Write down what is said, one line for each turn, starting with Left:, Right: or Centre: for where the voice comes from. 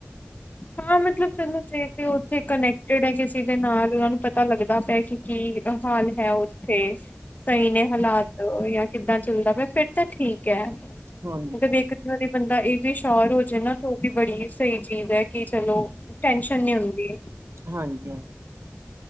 Left: ਹਾਂ, ਮਤਲਬ ਚਲੋ ਜੇ ਤੇ ਉੱਥੇ ਕਨੈਕਟਡ ਹੈ। ਕਿਸੇ ਦੇ ਨਾਲ ਉਹਨਾਂ ਨੂੰ ਪਤਾ ਪਤਾ ਲੱਗਦਾ ਪਿਆ ਕਿ ਕੀ ਹਾਲ ਹੈ। ਉੱਥੇ ਸਹੀ ਨੇ ਹਾਲਾਤ ਜਾਂ ਕਿੱਦਾਂ ਚੱਲਦਾ ਪੇਆ। ਫਿਰ ਤਾਂ ਠੀਕ ਹੈ।
Right: ਹਾਂਜੀ
Left: ਮਤਲਬਖਾਰੀ ਬੰਦਾ ਇਹ ਵੀ ਸ਼ਰ ਹੋ ਜਾੇ ਨਾ ਤੇ ਉਹ ਵੀ ਬੜੀ ਸਹੀ ਚੀਜ਼ ਹੈ। ਕਿ ਚਲੋ। ਟੈਸ਼ਨ ਨੀ ਹੁੰਦੀ।
Right: ਹਾਂਜੀ ਹਾਂਜੀ